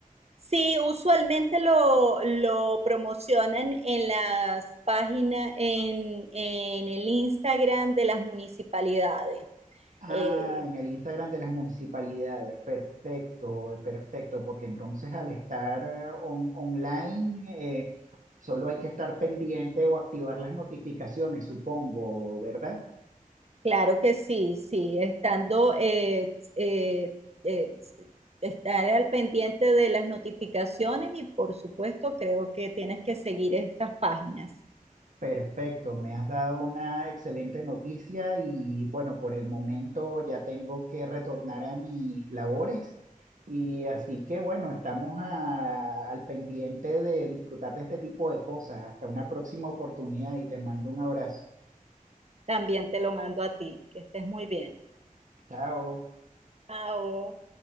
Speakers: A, on the right; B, on the right.
A: Sí, usualmente lo, lo promocionan en las páginas, en, en el Instagram de las municipalidades.
B: Ah,
A: Eh,
B: en el Instagram de las municipalidades. Perfecto, eh, perfecto, porque entonces al estar eh, on- online eh, solo hay que estar pendiente o activar las notificaciones, supongo, ¿verdad?
A: claro que sí, sí, estando, eh, eh, eh, estar al pendiente de las notificaciones y por supuesto creo que tienes que seguir esas páginas.
B: Perfecto, me has dado una excelente noticia y bueno, por el momento ya tengo que retornar a mis labores y así que bueno, estamos a- al pendiente de disfrutar de este tipo de cosas. Hasta una próxima oportunidad y te mando un abrazo.
A: También te lo mando a ti, que estés muy bien.
B: Chao.
A: Chao.